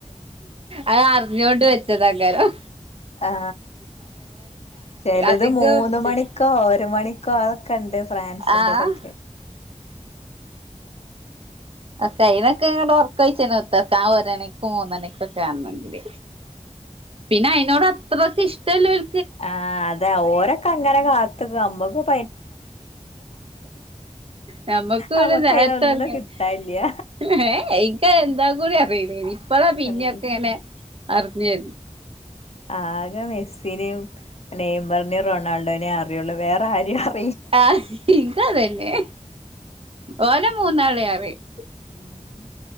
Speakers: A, on the right; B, on the left.
A: അത് അറിഞ്ഞോണ്ട് വെച്ച് താക്കാരം
B: ആ ചെലത്
A: അധികം
B: മൂന്ന്
A: ഇതില്
B: മണിക്കോ ഒരു മണിക്കോ കണ്ട് ഫ്രാൻസിന്റെതൊക്കെ
A: ആഹ് ആ കയ്യിണൊക്കെ ണ്ങ്ങട്ട് ഒറക്കൊയച്ച് ണ് ത്തുർക്ക ഒരണിക്കും മൂന്നണിക്കും ഒക്കെ ആണെങ്കില് പിന്നെ അയ്നോട്‌ അത്രക്കിഷ്ടല്ലോൽ
B: ആഹ് അതെ ഓരക്ക അങ്ങന കാത്ത് ക്കും അമ്മകും
A: നമ്മക്ക <unintelligible>
B: നമ്മക്ക് അയിന്നൊന്നും കിട്ടാനില്ല
A: എന്താ കൂടി അറിയില്ല ഇപ്പഴാ പിന്നെയൊക്കെ
B: ഉം
A: ഇങ്ങനെ അറിഞ്ഞേ
B: ആകെ മെസ്സിനെയും നെയ്മറിനെയും റൊണാൾഡോനേ അറിയുള്ളൂ വേറെ ആരെയും അറ്
A: ആഹ് ഇത് അതന്നെ ഓലെ മൂന്നാളേം അറിയും
B: ഉം